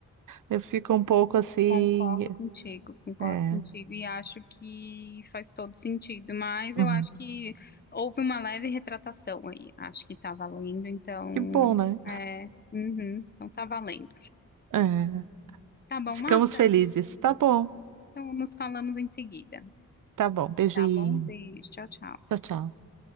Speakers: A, on the right (about 80°); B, on the left (about 30°).
A: eu fico um pouco assim,
B: Concordo contigo, concordo
A: é,
B: contigo e acho que faz todo sentido, mas
A: uhum.
B: eu acho que houve uma leve retratação aí, acho que tá valendo, então,
A: Que bom, né?
B: é, uhum, então tá valendo.
A: É,
B: Tá bom,
A: ficamos
B: Marta?
A: felizes. Tá bom,
B: Então nos falamos em seguida,
A: tá bom. Beijinho.
B: tá bom? Beijo, tchau, tchau.
A: Tchau, tchau.